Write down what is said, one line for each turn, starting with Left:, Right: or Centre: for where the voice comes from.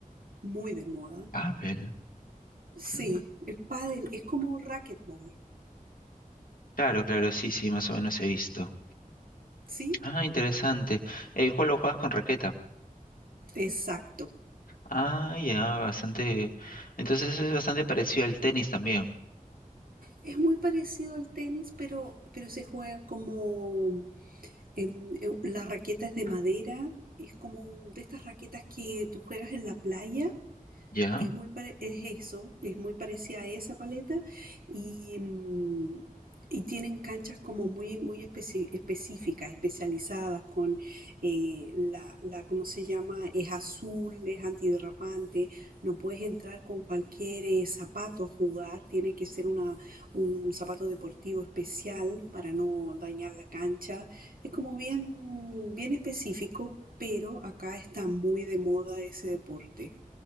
Right: muy de moda.
Left: Pavel.
Right: Sí,
Left: Mm,
Right: el pádel es como racquetball,
Left: Claro, claro, sí, sí, más o menos he visto.
Right: ¿sí?
Left: Ah, interesante. Eh, ¿cuál lo juegas con raqueta?
Right: Exacto.
Left: Ah, ya, bastante. Entonces eso es bastante parecido al tenis también,
Right: Es muy parecido al tenis, pero, pero se juega como en, en- la raqueta es de madera, es como de estas raquetas que tú juegas en la playa
Left: ¿ya?
Right: es muy pare- es eso, es muy parecida a esa paleta y, mm, y tienen canchas como muy, muy especi- específicas, especializadas con eh, la, la, ¿cómo se llama? Es azul, es antiderrapante, no puedes entrar con cualquier eh, zapato a jugar, tiene que ser una, un zapato deportivo especial para no dañar la cancha. Es como bien, bien específico, pero acá está muy de moda ese deporte.